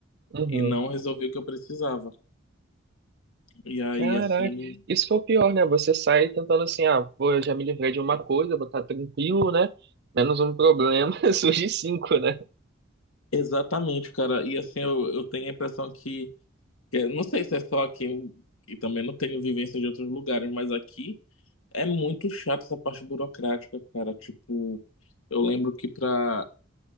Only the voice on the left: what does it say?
e não resolvi o que eu precisava. E aí,
assim,
exatamente, cara. E assim, eu, eu tenho a impressão que, que é- não sei se é só aqui, e também não tenho vivência de outros lugares, mas aqui é muito chato essa parte burocrática, cara. Tipo, eu lembro que pra,